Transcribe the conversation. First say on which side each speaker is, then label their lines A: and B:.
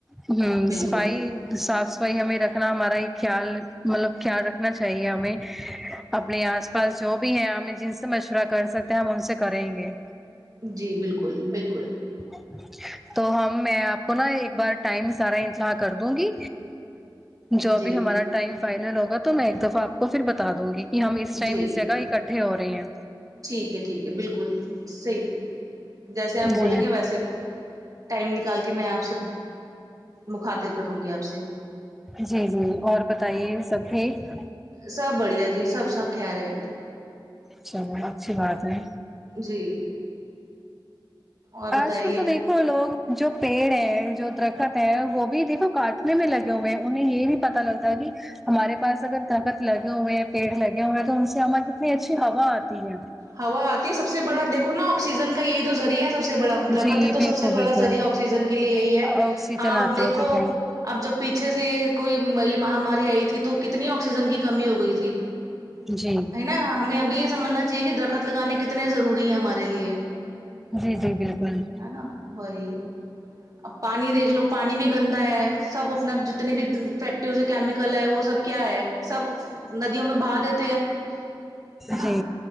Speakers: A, in the centre; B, on the right.
A: ہوں
B: بالکل
A: صفائی صاف ائی ہمیں رکھنا ہمارا خیال مطلب خیال رکھنا چاہیے ہمیں اپنے آس پاس جو بھی ہے ہمیں جن سے مشورہ کر سکتے ہیں ہم ان سے کریں گے
B: جی بالکل بالکل
A: <inaudible> تو ہم میں آپ کو نا ایک بار ٹائم سارا اطلاع کر دوں گی جو
B: جی
A: بھی ہمارا ٹائم فائنل ہوگا تو میں ایک دفعہ آپ کو پھر بتا دوں گی کہ ہم اس ٹائم
B: جی
A: اس جگہ اکٹ ہو رہے ہیں
B: ٹھیک ہے ٹھیک ہے بالکل صحیح جیسے آپ بولیں
A: جی
B: گے ویسے ٹائم نکال کے میں آپ سے مخاطر کروں گی آپ سے
A: جی جی اور بتائیے سب ٹھیک
B: سب بڑھیا جی سب سب خیریت
A: چلو اچھی بات ہے
B: جی اور بتائیے
A: آج کل تو دیکھ لوگ جو پیڑ ہیں جو درخت ہے وہ بھی دیکھو کاٹنے میں لگے ہوئے ہیں انہیں یہ بھی پتا پتتا لگ ہے <unintelligible> ہمارے پاس اگر درخت لگے ہوئے ہیں پیڑ لگے ہوئے ہیں تو ان سے ہماری کتنی اچھی ہوا آتی ہے
B: ہوا آتی ہے سب سے بڑا دیکھو نا آکسیجن کا یہی تو ذریعہ ہے سب سے بڑا
A: جی
B: درخت ہی تو
A: بالکل
B: سب سے بڑا
A: بالکل
B: ذریعہ آکسیجن کے لیے یہی ہے
A: آکسیجن
B: ہاں
A: آتی
B: اب دیکھو
A: ہے ٹھیک ہے
B: اب جب پیچھے سے یہ کوئی می مہاماری آئی تھی تو کتنی آکسیجن کی کمی ہو گئی تھی
A: جی
B: ہے نا ہمیں ابھی یہ سمجھنا چاہیے کہ درخت لگانے کتنے ضروری ہیں ہمارے لیے
A: جی جی بالکل
B: ہے نا وہی اب پانی دیکھ لو پانی بھی گندا ہے سب اپنا جتنے بھی فیکٹریوں سے کیمیکل ہے وہ سب کیا ہے سب ندیوں میں بہا دیتے ہے ہے نا
A: جی